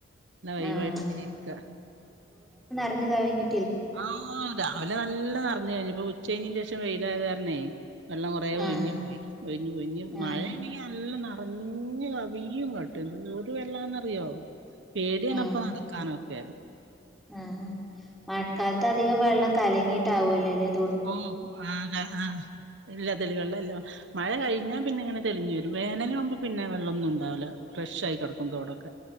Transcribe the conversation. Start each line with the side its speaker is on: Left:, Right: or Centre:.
Right: എന്നാ വൈവായിട്ട്
Centre: ആഹ്
Right: ഇങ്ങനെ ഇരിക്ക
Centre: റഞ്ഞു കവിഞ്ഞ്
Right: ആഹ് രാവിലെ നല്ല നറഞ്ഞ് കഴിഞ്ഞ് ഇപ്പോ ഉച്ചയിഞ്ഞിൻ്റെ ശം വെയിയിലായത് കാരണേ വെള്ളം കുറേ ഒഴിഞ്ഞ്
Centre: ആഹ്
Right: പോയി ഒഴിഞ്ഞൊഴിഞ് മഴയാണെങ്കിൽ
Centre: ആഹ്
Right: നല്ല റഞ്ഞ് കവിയും ഇങ്ങട്ട് എന്തോരു വെള്ളാന്നറിയോ പേടിയാണപ്പ
Centre: ആഹ്
Right: നടക്കാനൊ ക്കെ
Centre: ആഹ് മഴ. കാലത്ത ആ അധികം വെള്ളം കലങ്ങിയിട്ടാവല്ലോ ലേ
Right: ഓ ആ ആഹ ഇല്ല തെളിവെള്ളം ഇല്ല മഴ കഴിഞ്ഞാ പിന്നെ ഇങ്ങനെ തെളിഞ്ഞു വരും വേനലാകുമ്പോ പിന്നെ വെള്ളൊന്നുംണ്ടാവൂല്ല ഫ്രഷ് ആയി കിടക്കും തോടൊക്കെ